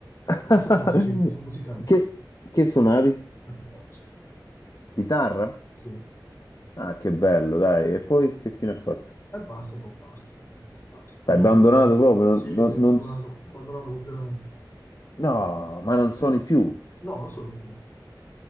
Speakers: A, on the left; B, on the left.
A: <laughs>
B: Non sono musicista, sono musicante.
A: Che, che suonavi?
B: Ma ti piace?
A: Chitarra?
B: Sì.
A: Ah, che bello, dai. E poi che fine ha fatto?
B: E basta, poi basta, basta. Dopo
A: L'hai abbandonato
B: vent'anni.
A: proprio?
B: Sì,
A: Non, non-
B: si è abbandonato,
A: non-
B: abbandonato completamente.
A: No, ma non suoni più.
B: No, non sono più.